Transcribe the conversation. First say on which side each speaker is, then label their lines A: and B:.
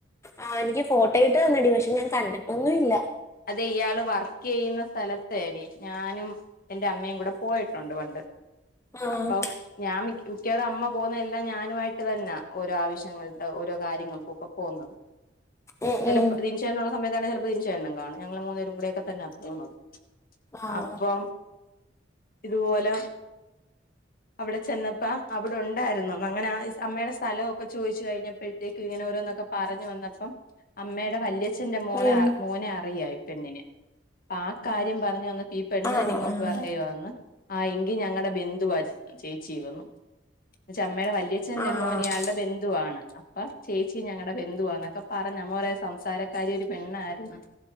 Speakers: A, on the left; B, on the left.
A: ആഹ് എനിക്ക് ഫോട്ടോ ഇട്ട് തന്ന്ണ്ട്. പക്ഷെ ഞാൻ കണ്ടിട്ടൊന്നു ഇല്ല
B: അതേ ഇയാള് വർക്ക് ചെയ്യുന്ന സ്ഥലത്തേടി ഞാനും എന്റെ അമ്മയും കൂടെ പോയിട്ടുണ്ട് പണ്ട്
A: ആഹ്
B: അപ്പം ഞാൻ മിക്കവാറും അമ്മ പോകുന്ന എല്ലാം ഞാനു ആയിട്ട് തന്നാ ഓരോ ആവശ്യങ്ങൾക്ക് ഓരോ കാര്യങ്ങൾക്കും ഒക്കെ പോകുന്നത്
A: ഉം
B: ചെലപ്പോ
A: ഉം
B: <unintelligible> സമയത്താണേ ചിലപ്പോ <unintelligible> കാണും ഞങ്ങൾ മൂന്ന് പേരും കൂടി ഒക്കെ തന്നാ പോന്നത്
A: ആഹ്
B: അപ്പം ഇതുപോലെ അവിടെ ചെന്നപ്പ അവിടൊണ്ടായിരുന്നു. അങ്ങനെ ആ അമ്മയുടെ സ്ഥല വൊക്കെ ചോയ്ച്ചു കഴിഞ്ഞപ്പോഴ ത്തേക്ക് ഇങ്ങനെ ഓരോന്നൊക്കെ പറഞ്ഞു വന്നപ്പം അമ്മേടെ വല്യ അച്ഛന്റെ മോളെ
A: ഉം
B: മോനെ അറിയാം ഈ പെണ്ണിന് ആഹ് കാര്യം പറഞ്ഞ് വന്ന് ഈ പെണ്ണ്
A: ആണോ
B: തന്നെ ഇങ്ങോട്ട്
A: ആഹ്
B: പറയുവാന്ന് ആഹ് എങ്കി ഞങ്ങടെ ബെന്ധുവാ ചേച്ചി ഇതെന്ന്. ച്ചാ അമ്മേടെ വല്യ അച്ഛന്റെ
A: ആഹ്
B: മോൻ ഇയാൾടെ ബ ന്ദുവാണ്. അപ്പ ചേച്ചി ഞങ്ങടെ ബന്ധുവാന്നൊക്കെ പറഞ്ഞ് അമ്മ കൊറേ സംസാരക്കാരി ഒരു പെണ്ണായ്ര്ന്ന്